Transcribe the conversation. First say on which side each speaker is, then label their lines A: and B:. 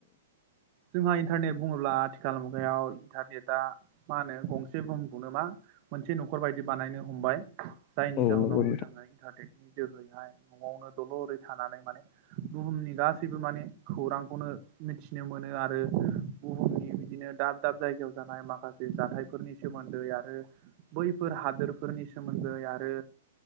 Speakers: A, on the right; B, on the left.
A: जोंहा इन्टारनेट बुङोब्ला आथिखाल मुगायाव इन्टारनेटा मा होनो गंसे बुहुमखौनो मा मोनसे न'खर बायदि बानायनो हमबाय। जायनि
B: औ
A: जाहोनाव
B: नंगौ नोंथां
A: जोङो इन्टारनेटनि जोहैहाय न'आवनो दलरै थानानै माने बुहुमनि। गासैबो माने खौरांखौनो मिथिनो मोनो आरो बुहुमनि बिदिनो दाब दाब जायगायाव जानाय माखासे जाथायफोरनि सोमोन्दै आरो बैफोर हादोरफोरनि सोमोन्दै आरो